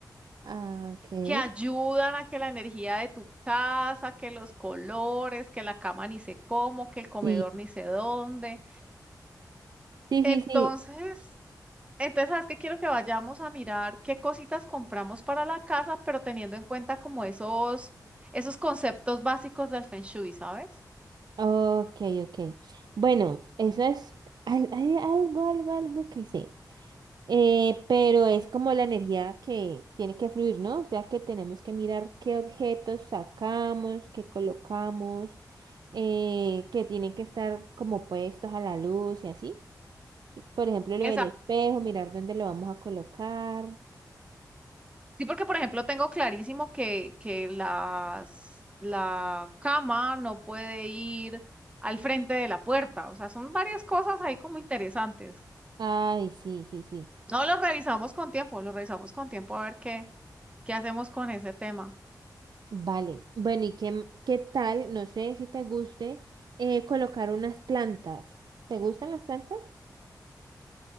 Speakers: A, on the right; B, on the right.
A: ah, ok.
B: que ayudan a que la energía de tu casa, que los colores, que la cama ni sé cómo, que el comedor
A: Sí,
B: ni sé dónde.
A: sí,
B: Entonces,
A: sí, sí.
B: entonces, ¿sabes qué? Quiero que vayamos a mirar qué cositas compramos para la casa, pero teniendo en cuenta como esos, esos conceptos básicos del Feng Shui, ¿sabes?
A: Ok, ok. Bueno, eso es al- hay algo, algo, algo que sé. Eh, pero es como la energía que tiene que fluir, ¿no? O sea que tenemos que mirar qué objetos sacamos, qué colocamos, eh, que tienen que estar como puestos a la luz y así. Por ejemplo, lo
B: Exacto.
A: del espejo, mirar dónde lo vamos a colocar.
B: Sí, porque por ejemplo tengo clarísimo que, que las, la cama no puede ir al frente de la puerta. O sea, son varias cosas ahí como interesantes.
A: Ay, sí, sí, sí.
B: No lo revisamos con tiempo, lo revisamos con tiempo a ver qué, qué hacemos con ese tema.
A: Vale. Bueno, ¿y qué, qué tal? No sé si te guste eh, colocar unas plantas. ¿Te gustan las plantas?